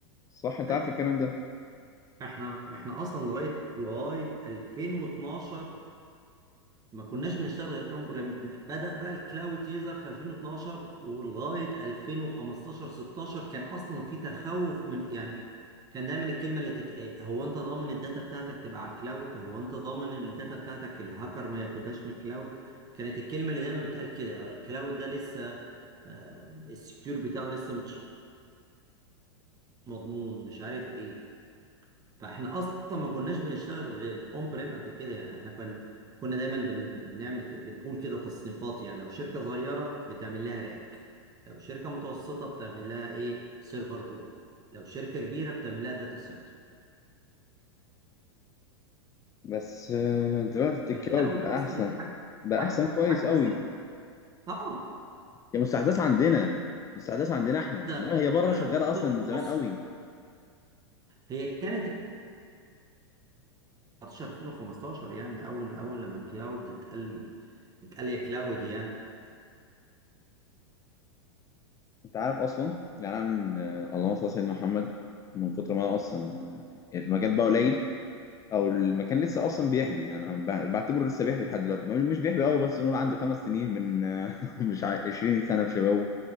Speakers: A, on the left; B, on the right.
A: صح انت
B: أيوة.
A: عارف الكلام ده
B: احنا احنا اصلا لغايه لغايه 2012 ما كناش بنشتغل غير اون بريم بدأ بقى الكلاود يظهر في 2012 ولغايه 2015 16 كان اصلا في تخوف من يعني كان دايما الكلمه اللي تتقال هو انت ضامن الداتا بتاعتك تبقى على الكلاود هو انت ضامن الداتا بتاعتك الهاكر ما ياخدهاش من الكلاود كانت الكلمه اللي دايما بتقال كده الكلاود ده لسه آه، السكيور بتاعه لسه مش مضمون مش عارف ايه فاحنا اصلا ما كناش بنشتغل غير اون بريم قبل كده يعني احنا كنا كنا دايما بن... بنعمل ك- بنقول كده تصنيفات يعني لو شركه صغيره بتعمل لها راك لو شركه متوسطه بتعمل لها ايه سيرفر روم لو شركه كبيره بتعمل لها داتا سنتر
A: بس آه، دلوقتي
B: فالكلاود
A: الكلاود بقى
B: اصلا
A: احسن
B: دي حاجه
A: بقى
B: حاجه
A: احسن كويس
B: حاجه مستحيله
A: قوي
B: اه
A: هي مستحدث عندنا مستحدث عندنا احنا
B: جدا
A: انما هي بره
B: لا
A: شغاله اصلا من زمان
B: بص
A: قوي
B: هي كانت 19 2015 يعني اول اول لما الكلاود اتقال اتقال يا كلاود يعني
A: انت عارف اصلا يعني انا من آه، اللهم صل على سيدنا محمد من كتر ما انا اصلا آه، المجال بقى قليل او المكان لسه اصلا بيحبي يعني انا ب- بعتبره لسه بيحبي لحد دلوقتي ما- مش بيحبي قوي بس نقول عنده خمس سنين من <laughs> مش ع- 20 سنه في شبابه